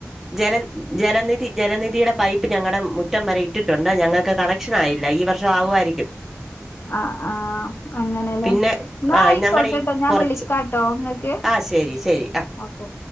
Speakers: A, in the centre; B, on the left.
A: ജല ജലനിധി ജലനിധിയുടെ പൈപ്പ് ഞങ്ങടെ മു റ്റം വരെ ഇട്ടിട്ടുണ്ട് ഞങ്ങൾക്ക് കണക്ഷൻ ആയില്ല ഈ വർഷം ആവു വായിരിക്കും
B: ആ ആ അങ്ങനെല്ലേ
A: പിന്നെ
B: എന്നാ
A: ആഹ്
B: ആയിക്കോട്ടെട്ടോ
A: ഞങ്ങളുടെ ഈ
B: ഞാൻ
A: കുറച്ച്
B: വിളിക്കാട്ടോ ഇങ്ങക്ക്
A: ആഹ് ശരി ശരി ആഹ്
B: ഓക്കെ